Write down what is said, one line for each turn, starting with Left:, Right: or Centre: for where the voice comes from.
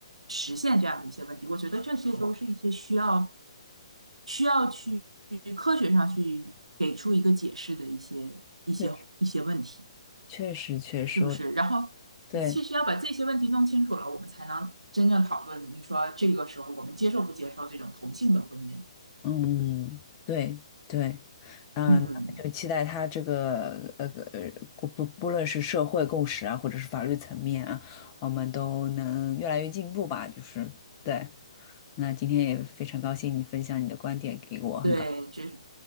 Right: 实现这样的一些问题？我觉得这些都是一些需要需要去科学上去给出一个解释的一些一些一些问题，
Left: 确实，确实，确实，
Right: 是不是？
Left: 我
Right: 然后。
Left: 对，
Right: 其实要把这些问题弄清楚了，我们才能真正讨论。你说这个时候我们接受不接受这种同性的婚姻？
Left: 嗯，对，对，嗯，
Right: 嗯，
Left: 就期待他这个呃呃，不不不论是社会共识啊，或者是法律层面啊，我们都能越来越进步吧。就是对，那今天也非常高兴你分享你的观点给我，很高，
Right: 对，这，